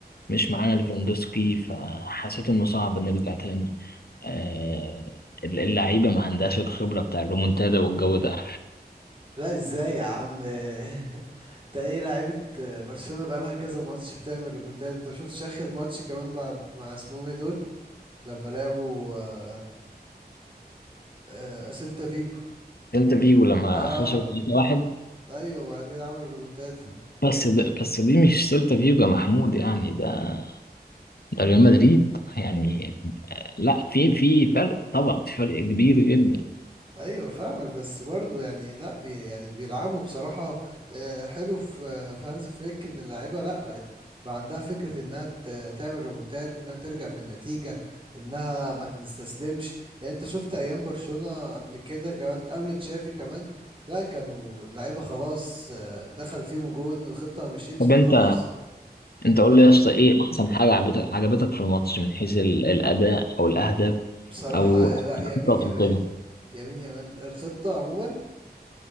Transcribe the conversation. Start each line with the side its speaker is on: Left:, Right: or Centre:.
Left: مش معانا ليفاندوسكي فحسيت إنه صعب نرجع تاني آه، اللعيبة ما عندهاش الخبرة بتاع الريمونتادا والجو ده
Right: <laughs> لا ازاي يا عم <laughs> انت ايه لعيبة برشلونة بقالها كذا ماتش بتعمل ريمونتات انت مشوفتش اخر ماتش كمان بعد مع اسمهم ايه دول لما لعبوا آه، آه، سيلتا فيجو
Left: سيلتا فيجو لما
Right: اه
Left: خسر 3-1
Right: ايوه وبعد كده عملوا ريمونتات
Left: بس ده بس دي مش سيلتا فيجو يا محمود يعني ده ده ريال مدريد يعني لا في في فرق طبعا في فرق كبير جدا
Right: ايوه فاهمك بس برضو يعني لا بي يعني بيلعبوا بصراحه آه، حلو في آه، في هانز فليك ان اللعيبه لا بقت بقى عندها فكره انها ت- تعمل ريمونتاد انها ترجع في النتيجه انها ما تستسلمش يعني انت شفت ايام برشلونه قبل كده كمان قبل تشافي كمان لا كانوا اللعيبه خلاص آه، دخل فيهم جون والخطه ما مشيتش
Left: طب
Right: فخلاص
Left: انت انت قول
Right: آه،
Left: لي يا اسطى ايه احسن حاجه عجبتك عجبتك في الماتش من حيث ال- الاداء او الاهداف
Right: بصراحه
Left: او
Right: لا يمين
Left: الخطط
Right: يمال
Left: وكده
Right: يمين يمال الخطه عموما